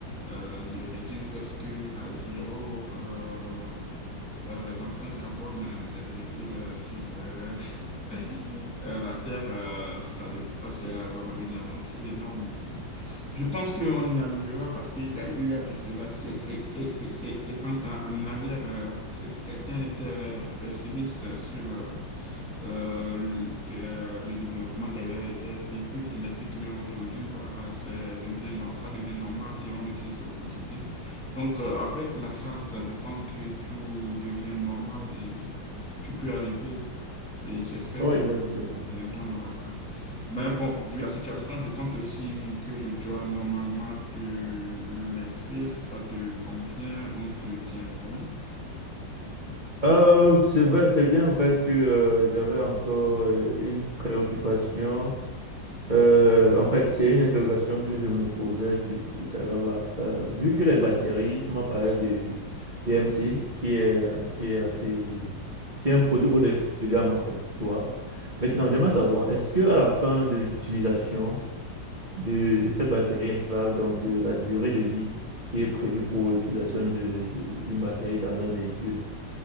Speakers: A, in the centre; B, on the right.
A: euh, de réduire presque à zéro euh, euh, les empreintes carbone euh, des véhicules euh, sur euh, <laughs> euh, la Terre. euh, ça, dev- ça sera vraiment une avancée énorme. Je pense qu'on y arrivera parce qu'il y a, il y a de cela c'est- c'est- c'est- c'est- c'est- 50 ans en arrière, euh, c'est- certains étaient pessimistes sur... euh, euh, le euh, le développement des, vé- des véhicules électriques, mais aujourd'hui, bah, c'est- devient, no- ça devient normal et on l'utilise au quotidien. Donc, euh, avec la science, je pense que tout devient normal et tout peut arriver. Et j'espère
B: Oui,
A: bien
B: oui,
A: que
B: c'est vrai.
A: bientôt on aura ça. Mais bon, vu la situation, je compte aussi que je dois normalement te laisser. Si ça te convient, on se tient informé.
B: Euh, c'est vrai, c'est bien vrai que euh, j'avais encore euh, une préoccupation. Euh, en fait, c'est une interrogation que je me posais depuis tout à l'heure là. Euh, vu que les batteries, tu m'as parlé de BMC, qui est, qui est euh, fait, qui est un produit haut de gamme en fait, tu vois. Maintenant, j'aimerais savoir, est-ce que à la fin de d'utilisation de, de ces batteries-là, donc euh, la durée de vie qui est prévue pour l'utilisation de, de- d'une batterie dans un véhicule,